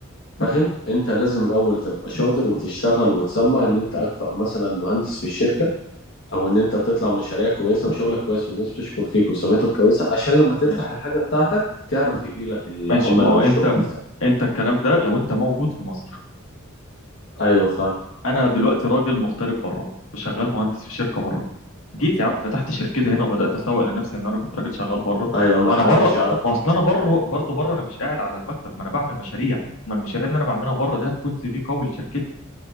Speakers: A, on the left; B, on the left.
A: فاهم انت لازم الاول تبقى شاطر وتشتغل وتسمع ان انت اكفأ مثلا مهندس في الشركة او ان انت بتطلع مشاريع كويسة وشغلك كويس والناس بتشكر فيك وسمعتك كويسة عشان لما تفتح
B: ماشي
A: الحاجة بتاعتك تعرف يجيلك العملاء
B: ماشي ما هو
A: والشغل
B: انت
A: بتاعك
B: انت الكلام ده لو انت موجود في مصر
A: ايوه فاهم
B: انا دلوقتي راجل مغترب بره شغال مهندس في شركه بره جيت يا عم فتحت شركتي هنا وبدات اسوق لنفسي ان انا كنت راجل شغال بره
A: ايوه ما
B: ما
A: حدش
B: انا بره
A: يعرفك
B: ما اصل
A: صح
B: انا بره برضه بره انا مش قاعد على المكتب ما انا بعمل مشاريع ما المشاريع اللي انا بعملها بره دي هتكون سي في قوي لشركتي